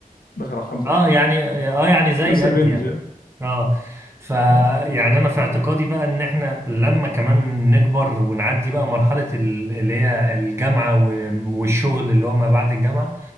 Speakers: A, on the left; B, on the right.
A: داخل على 25
B: اه يعني اه يعني زي
A: نفس
B: قد
A: الرينج
B: يعني
A: يعني
B: اه ف
A: اه
B: يعني انا في اعتقادي بقى ان احنا لما كمان نكبر ونعدي بقى مرحلة ال- اللي هي الجامعة و- والشغل اللي هو ما بعد الجامعة